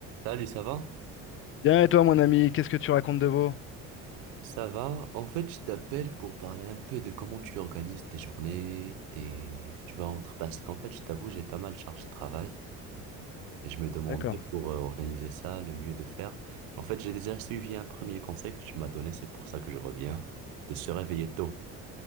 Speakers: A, on the right; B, on the left.
A: Salut, ça va?
B: Bien, et toi, mon ami, qu'est-ce que tu racontes de beau?
A: Ça va? En fait, je t'appelle pour parler un peu de comment tu organises tes journées, tes... tu vas entre... Parce qu'en fait, je t'avoue, j'ai pas mal de charge de travail et je me demandais
B: D'accord.
A: pour euh, organiser ça, le mieux de faire. En fait, j'ai déjà suivi un premier conseil que tu m'as donné, c'est pour ça que je reviens, de se réveiller tôt.